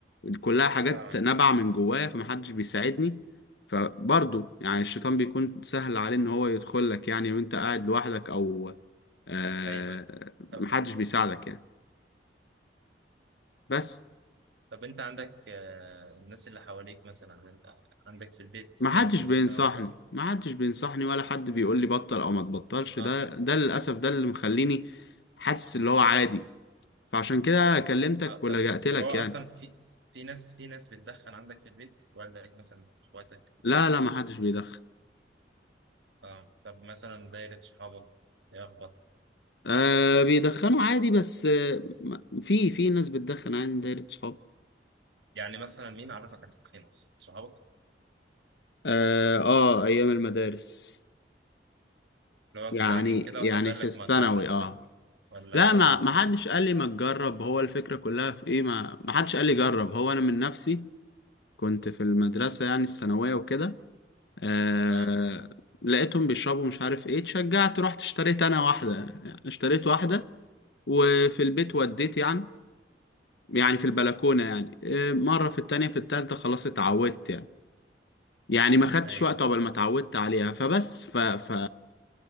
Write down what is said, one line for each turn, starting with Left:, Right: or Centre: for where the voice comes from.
Left: كلها حاجات
Right: اه
Left: نابعة من جوايا فمحدش بيساعدني فبرضه يعني الشيطان بيكون سهل عليه ان هو يدخل لك يعني وانت قاعد لوحدك او آه
Right: ايوه ايوه طب
Left: محدش بيساعدك يعني بس
Right: طب انت عندك آه الناس اللي حواليك مثلا آه، عندك في البيت في
Left: محدش
Right: ناس مدخنه
Left: بينصحني
Right: وكده
Left: محدش بينصحني ولا حد بيقول لي بطل او ما تبطلش
Right: اه
Left: ده ده للاسف ده اللي مخليني حاسس اللي هو عادي فعشان كده كلمتك
Right: اه طب
Left: ولجأت لك
Right: طب هو اصلا
Left: يعني
Right: في في ناس في ناس بتدخن عندك في البيت والدك مثلا اخواتك
Left: لا لا محدش بيدخن
Right: اه طب مثلا دايره صحابك ايه اخبار
Left: آه بيدخنوا عادي بس آه، ما- في في ناس بتدخن عادي من دايرة صحابي
Right: يعني مثلا مين عرفك على التدخين اصلا صحابك
Left: اه آه، ايام المدارس
Right: اللي هو
Left: يعني
Right: كنتوا قاعدين كده
Left: يعني
Right: وحد قال
Left: في
Right: لك
Left: الثانوي
Right: ما تجرب
Left: اه
Right: صح ولا
Left: لا
Right: ايه
Left: ما ما حدش
Right: مشيت ازاي
Left: قال لي ما تجرب هو الفكرة كلها في ايه ما ما حدش قال لي جرب هو انا من نفسي كنت في المدرسة يعني الثانوية وكده آه
Right: اه
Left: لقيتهم بيشربوا مش عارف ايه اتشجعت رحت اشتريت انا واحدة يعني اشتريت واحدة وفي البيت وديت يعني يعني في البلكونة يعني آه، مرة في التانية في التالتة خلاص اتعودت يعني يعني ما خدتش
Right: ايوه
Left: وقت عقبال ما اتعودت عليها فبس ف ف